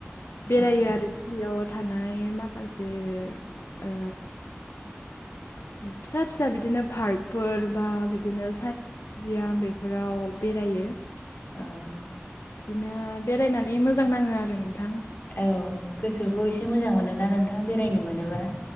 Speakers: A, on the left; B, on the left.
A: बेरायो
B: औ
A: आरो बेयाव थानाय माखासे ओ फिसा-फिसा बिदिनो पार्कफोर बा बिदिनो साइन्स मिउजियाम बेफोराव बेरायो
B: औ
A: बिदिनो बेरायनानै मोजां नाङो आरो नोंथां।
B: औ गोसोखौ एसे मोजां मोनोना नोंथां बेरायनो मोनोबा।